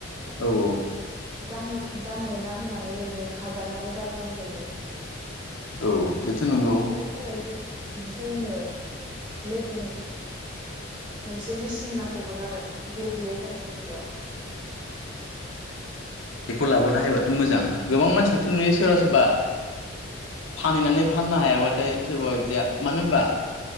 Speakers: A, on the left; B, on the right.
A: औ औ
B: दाम दाम मोना होननानै ओरैनो खागारनानै गारनांगौ जायो।
A: औ बेथ' नंगौ।
B: बेफोरनि थाखाय जो जोंनो लेबुनि मोनसे मेचिन नांगौमोन आरो बे गैया जोंनि जायगायाव
A: बेखौ लाबोनो हायोबाथ' मोजां गोबां मानसिखौथ' नुयो सोरबा सोरबा फानहैनानै फाननो हायाबाथाय सोरबा बायदिया मानो होनबा